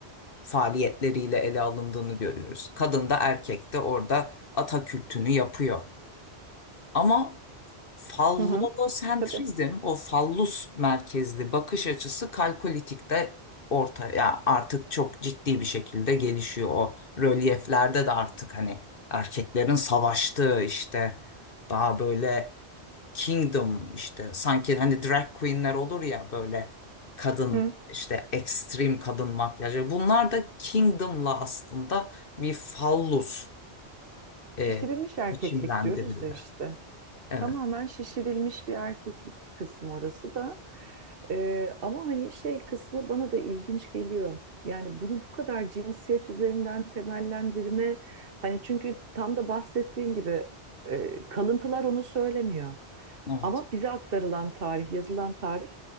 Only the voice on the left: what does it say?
faaliyetleriyle ele alındığını görüyoruz. Kadın da erkek de orada ata kültünü yapıyor. Ama Fallosentrizm,
o fallus merkezli bakış açısı kalkolitikte ortaya artık çok ciddi bir şekilde gelişiyor. O rölyeflerde de artık hani erkeklerin savaştığı işte daha böyle kingdom işte sanki hani drag queenler olur ya böyle kadın
işte ekstrem kadın makyajı bunlar da kingdom'la aslında bir fallus e,
biçimlendirildi.
Evet.
Evet.